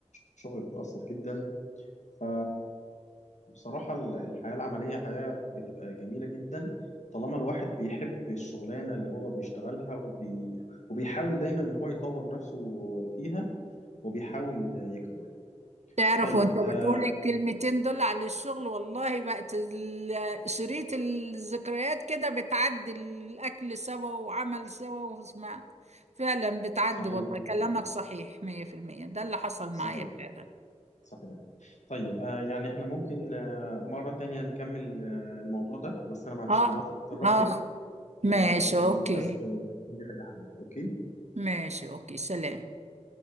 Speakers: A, on the left; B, on the right.
A: الشغل بتأثر جدا ف بصراحة ال- الحياة العملية حياة بتبقى جميلة جدا طالما الواحد بيحب الشغلانة اللي هو بيشتغلها وبي... وبيحاول دايما إن هو يطور نفسه فيها وبيحاول يكبر
B: تعرف
A: طيب
B: وأنت
A: آه
B: بتقولي الكلمتين دول على الشغل والله بقت ال- شريط الذكريات كده بتعدي الأكل سوا وعمل سوا واسمع فعلا بتعدي
A: صحيح
B: والله
A: صحيح
B: كلامك صحيح 100% ده اللي حصل
A: صحيح.
B: معايا فعلا
A: صحيح طيب آه يعني احنا ممكن آه مرة تانية نكمل آه الموضوع ده بس أنا معلش
B: اخ
A: دلوقتي هضطر أقفل
B: اخ
A: لأن
B: ماشي
A: لأن
B: اوكي
A: بس آه عندي حاجة هعملها أوكي
B: ماشي اوكي سلام